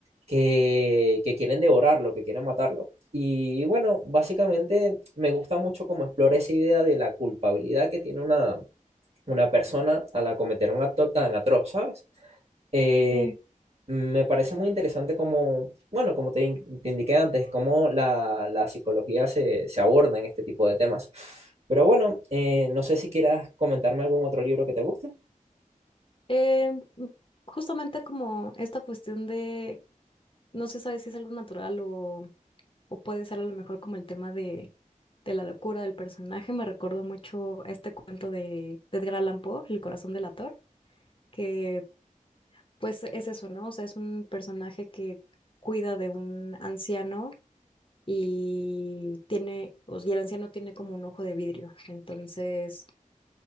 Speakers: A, on the right (about 50°); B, on the left (about 40°).
A: que, que quieren devorarlo, que quieren matarlo. Y bueno, básicamente me gusta mucho cómo explora esa idea de la culpabilidad que tiene una, una persona al cometer un acto tan atroz, ¿sabes? Eh,
B: sí.
A: me parece muy interesante como, bueno, como te, in- te indiqué antes, cómo la, la psicología se, se aborda en este tipo de temas. Pero bueno, eh, no sé si quieras comentarme algún otro libro que te guste.
B: Eh, m- justamente como esta cuestión de, no se sabe si es algo natural o, o puede ser a lo mejor como el tema de, de la locura del personaje, me recordó mucho a este cuento de, de Edgar Allan Poe, El corazón del ator, que pues es eso, ¿no? O sea, es un personaje que cuida de un anciano y tiene, o sea, y el anciano tiene como un ojo de vidrio, entonces